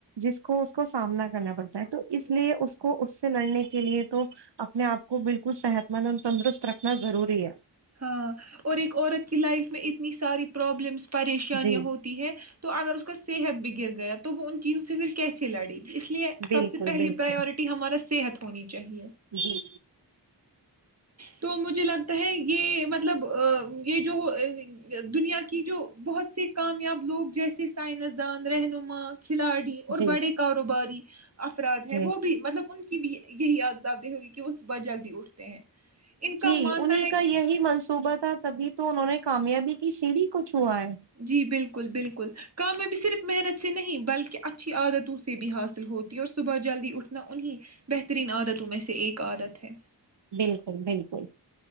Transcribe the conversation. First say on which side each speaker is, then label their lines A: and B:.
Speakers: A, on the right; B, on the right.
A: جس کو اس کو سامنا کرنا پڑتا ہے تو اس لیے اس کو اس سے لڑنے کے لیے تو اپنے آپ کو بالکل صحت مند تندرست رکھنا ضروری ہے
B: ہاں اور ایک عورت کی لائف میں اتنی ساری پرابلمس پریشانیاں
A: جی
B: ہوتی ہے تو اگر اس کا صحت بھی گر گیا تو تو وہ ان چیزوں سے پھر کیسے لڑے اس لیے سب
A: بالکل
B: سے پہلی
A: بالکل
B: پریورٹی ہمارا صحت ہونی چاہیے
A: جی
B: تو مجھے لگتا ہے یہ مطلب یہ جو دنیا کی جو بہت سے کامیاب لوگ جیسے سائنسدان رہنما کھلاڑی اور
A: جی
B: بڑے کاروباری <unintelligible> افراد
A: جی
B: ہیں وہ بھی مطلب ان کی بھی یہی یادت آ دیں ہوگی کہ وہ صبح جلدی اٹھتے ہیں ان
A: جی
B: کا ماننا
A: انہیں
B: ہے
A: کا
B: کہ
A: یہی منش صوبہ تھا تبھی تو انہوں نے کامیابی کی سیڑھی کچھ کووائے
B: جی بالکل بالکل کام میں بھی صرف محنت سے نہیں بلکہ اچھی عادتوں سے بھی حاصل ہوتی اور صبح جلدی اٹھنا انہیں بہترین عادتوں میں سے ایک عادت ہے
A: بالکل بالکل